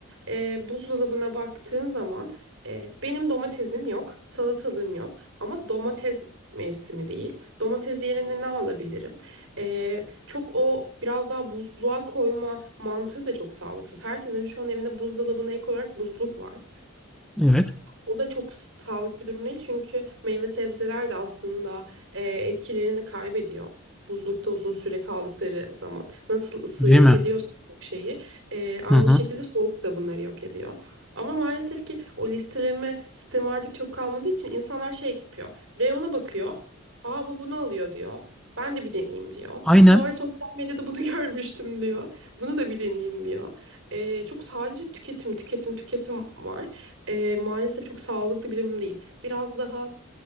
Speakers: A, on the right; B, in the centre.
A: e, buzdolabına baktığın zaman e, benim domatesim yok, salatalığım yok ama domates mevsimi değil. Domates yerine ne alabilirim? E, çok o biraz daha buzluğa koyma mantığı da çok sağlıksız. Herkesin şu an evinde buzdolabına ek olarak buzluk var.
B: Evet.
A: O da çok sağlıklı bir durum değil çünkü meyve sebzeler de aslında e, etkilerini kaybediyor. Buzlukta uzun süre kaldıkları zaman. Nasıl ısı
B: Değil
A: yok
B: mi?
A: ediyorsa bir şeyi e, aynı
B: Hı hı.
A: şekilde soğuk da bunları yok ediyor. Ama maalesef ki o listeleme sistemi artık çok kalmadığı için insanlar şey yapıyor. Reyona bakıyor. Aa bu bunu alıyor diyor. Ben de bir deneyeyim diyor.
B: Aynen.
A: Sonra sosyal medyada bunu <laughs> görmüştüm diyor. Bunu da bir deneyeyim diyor. E, çok sadece tüketim, tüketim, tüketim var. Ee, maalesef çok sağlıklı bir durum değil. Biraz daha